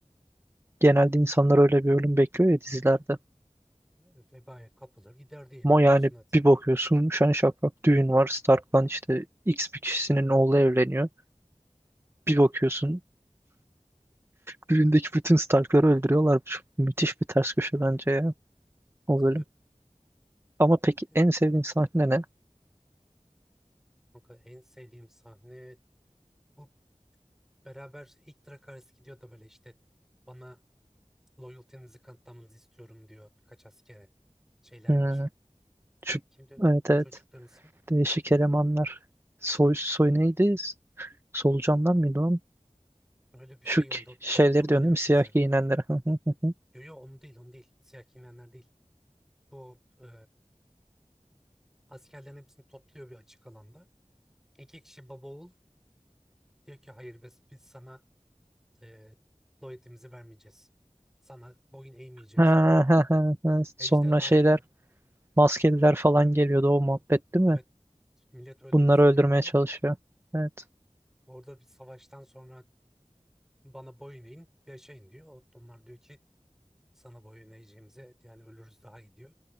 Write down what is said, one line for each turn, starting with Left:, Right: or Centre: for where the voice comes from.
Right: Genelde insanlar öyle bir ölüm bekliyor ya dizilerde.
Centre: Böyle vebaya kapılır gider diye
Right: Ama
Centre: bekliyorsun
Right: yani
Centre: hadi.
Right: bir bakıyorsun şen şakrak düğün var Stark'tan işte X bir kişisinin oğlu evleniyor. Bir bakıyorsun Düğündeki bütün Stark'ları öldürüyorlar. Çok müthiş bir ters köşe bence ya
Centre: Katılıyorum.
Right: o bölüm. Ama peki
Centre: Bir
Right: en
Centre: de
Right: sevdiğin sahne ne?
Centre: kanka en sevdiğim sahne bu beraber ilk Dracarys gidiyor da böyle işte bana Loyalty'nizi kanıtlamanızı istiyorum diyor birkaç askere. Şeyler
Right: Hmm,
Centre: var.
Right: şu,
Centre: Kimdi
Right: evet
Centre: o
Right: evet.
Centre: çocukların ismi?
Right: Değişik elemanlar. Soy, soy neydi? Solucanlar mıydı lan?
Centre: Öyle bir
Right: Şu
Centre: şey
Right: k-
Centre: onda
Right: şeyleri
Centre: topluyorlar
Right: diyorum
Centre: ya
Right: değil
Centre: herkese.
Right: mi? Siyah giyinenler. <laughs>
Centre: Yo yo onu değil onu değil. Siyah giyinenler değil. Bu e, askerlerin hepsini topluyor bir açık alanda. İki kişi baba oğul diyor ki hayır biz, biz sana e, loyalty'mizi vermeyeceğiz. Sana boyun eğmeyeceğiz
Right: Ha,
Centre: diyor.
Right: ha, ha, ha.
Centre: Ejderha
Right: Sonra şeyler
Centre: ile
Right: maskeliler falan geliyordu o muhabbet değil mi?
Centre: evet millet öldürsün
Right: Bunları öldürmeye
Centre: diyor orada.
Right: çalışıyor. Evet.
Centre: Orada bir savaştan sonra bana boyun eğin yaşayın diyor. Onlar diyor ki Sana boyun eğeceğimize yani ölürüz daha iyi diyor.